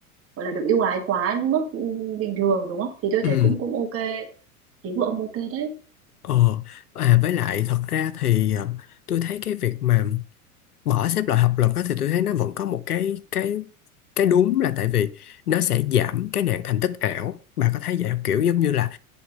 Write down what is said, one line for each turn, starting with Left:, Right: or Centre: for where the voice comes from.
Right: gọi là được ưu ái quá mức bình thường đúng không thì tôi
Left: ừ
Right: thấy cũng cũng ok ý của ông ok đấy
Left: Ờ, à, với lại thật ra thì à, tôi thấy cái việc mà bỏ xếp loại học lực á, thì tôi thấy nó vẫn có một cái cái cái đúng là tại vì nó sẽ giảm cái nạn thành tích ảo. Bà có thấy vậy không? Kiểu giống như là